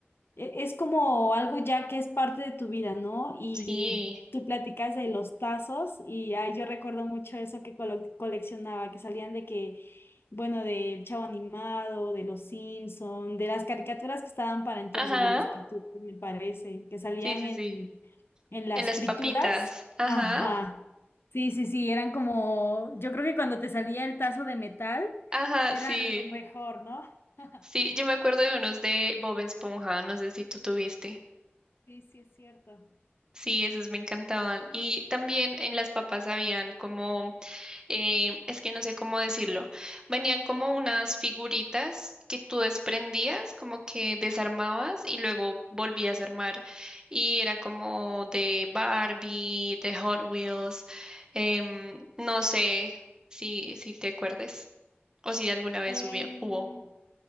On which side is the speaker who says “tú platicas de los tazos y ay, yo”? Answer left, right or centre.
Left